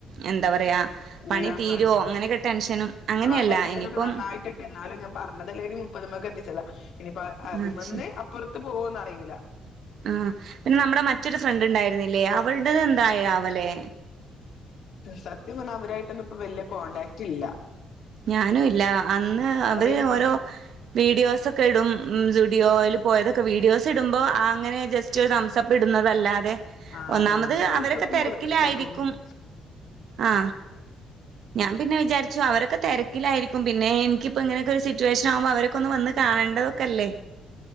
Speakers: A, on the right; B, on the left.
A: എന്താ പറയാ പണി
B: ഇല്ലാന്ന്
A: തീരുമോ
B: പറയുന്നു
A: അങ്ങനെയൊക്കെ ടെൻഷനും അങ്ങനെയല്ല
B: ആ ഡാൻഷനൊക്കെ
A: ഇനിയിപ്പം
B: നന്നായിട്ടുണ്ട് ഞാൻ പറഞ്ഞതല്ലേനി മുപ്പതുമക്കെ കത്തിച്ചതാ ഇനിപ്പ അതിമന്ന്
A: ആ, അത് ശരി
B: അപ്പുറത്ത് പോവന്ന് അറിയിയുല
A: ആഹ് പിന്നെ നമ്മുടെ മറ്റൊരു ഫ്രണ്ട് ഉണ്ടായിരുന്നില്ലേ അവളടത് എന്തായ അവലെ
B: സത്യം പറഞ്ഞ അവരായിട്ടൊന്നും ഇപ്പൊ വല്യ കോണ്ടടാക്ട് ഇല്ല
A: ഞാനും ഇല്ല അന്ന് അവര്
B: അതെന്നെ
A: ഓരോ വീഡിയോസൊക്കെ ഇടും സുഡിയോ ഓയിൽ പോയതൊക്കെ വീഡിയോസ് ഇടുമ്പോ അങ്ങനെ ജസ്റ്റ് നഷ്ടപ്പെടുന്നതല്ലത അതെ
B: ആഹ്
A: ഒന്നാമത്
B: ഞാന് തംസപ്പും
A: അവരൊക്കെ തിരക്കിലായിരിക്കും
B: കൊടുത്തിട്ടില്ലാന്ന് തോന്നുന്നു
A: ആ ഞാൻ പിന്നെ വിചാരിച്ച അവരെക്കെ തിരക്കിലായിരിക്കും പിന്നെ എനിക്കിപ്പ ഇങ്ങനെയൊക്കെ ഒരു സിറ്റുവേഷൻ ആകുമ്പോൾ അവരെക്കൊ ഒന്ന് വന്ന് കാണേണ്ടതോകല്ലേ